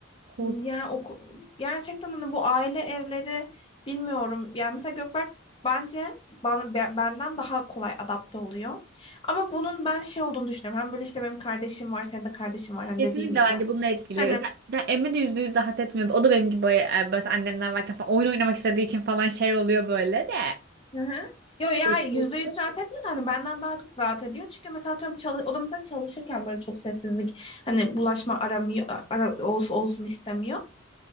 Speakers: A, on the right (about 50°); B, on the left (about 25°).
A: Korkunç.
B: Yani oku- gerçekten hani bu aile evleri bilmiyorum. Yani mesela Gökberk bence bana be- benden daha kolay adapte oluyor. Ama bunun ben şey olduğunu düşünüyorum. Hem böyle işte benim kardeşim var, senin de kardeşin var hani
A: Kesinlikle
B: dediğin
A: bence
B: gibi.
A: bunun etkili.
B: Hani
A: Mesela ben Emre de yüzde yüz rahat etmiyor. O da benim gibi e, böyle annemler varken falan oyun oynamak istediği için falan şey oluyor böyle de.
B: hı hı. Yo ya
A: Evet.
B: yüzde yüz rahat etmiyor da hani benden daha çok rahat ediyor. Çünkü mesela atıyorum çalış o da mesela çalışırken böyle çok sessizlik hani bulaşma aramıyor ara olsun olsun istemiyor.